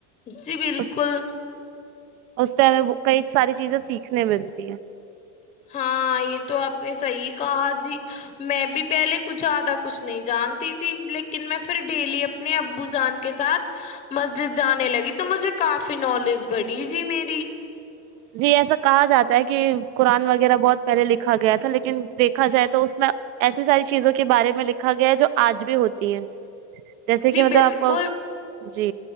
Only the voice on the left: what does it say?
جی بالکل
ہاں یہ تو آپ نے صحیح کہا جی میں بھی پہلے کچھ زیادہ کچھ نہیں جانتی تھی لیکن میں پھر ڈیلی اپنے ابو جان کے ساتھ مسجد جانے لگی تو مجھے کافی نالج بڑی جی میری
جی
بالکل